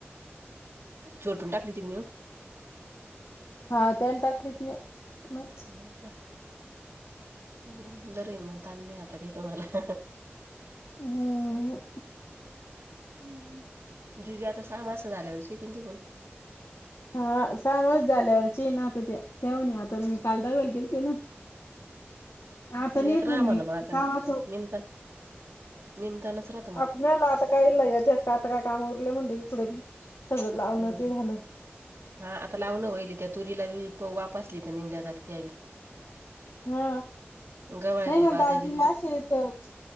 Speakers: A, on the right; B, on the left.
A: जो ओतून टाकली ति नेऊन.
B: हा त्या टाकवीत नत
A: हो का? बरय मग, ताण नाही आता काही तुम्हाला.
B: हम्म.
A: हम्म, जुजे आता सहा मास झाल्यावर शेतीन ति कून
B: हा सामास झाल्यावरचेना आता त्याव आता मी काल दाव्याला गेलते ना. आता नाही
A: येत राहा
B: म्हण मी
A: मग आता
B: सहा वाज
A: निमतान निमतानच रा
B: आपल्याला आता काय लया त्या आता काय काम उरले म्हणल इकड बी सगळं लावण
A: हम्म.
B: ते झालं.
A: हा आता लावणं होईल त्या तुरीला बी वाप आसली तर निमल्यात त्यावे.
B: हा
A: गवळ्यातली
B: नाय ना
A: बादगी
B: दाजी बी अशे तर